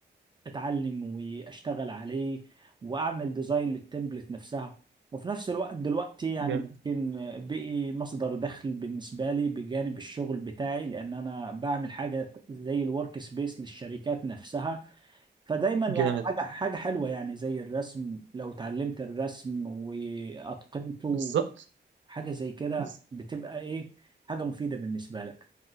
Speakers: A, on the right; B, on the right.
A: اتعلم واشتغل عليه واعمل ديزاين للتمبلت نفسها وفي نفس الوقت دلوقتي يعني
B: جامد
A: ممكن بقي مصدر دخل بالنسبة لي بجانب الشغل بتاعي لأن أنا بعمل حاجة زي الورك سبيس للشركات نفسها فدايما يعني
B: جامد
A: حاجة حاجة حلوة يعني زي الرسم لو اتعلمت الرسم وأتقنته
B: بالظبط
A: حاجة زي كده
B: بز-
A: بتبقى إيه حاجة مفيدة بالنسبة لك